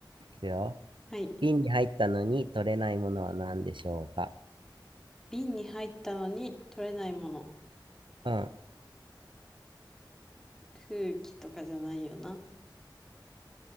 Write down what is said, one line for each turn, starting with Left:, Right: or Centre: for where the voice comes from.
Right: いくよ。
Centre: はい。
Right: 瓶に入ったのに取れないものは何でしょうか
Centre: 瓶に入ったのに取れないもの。
Right: うん。
Centre: 空気とかじゃないよな。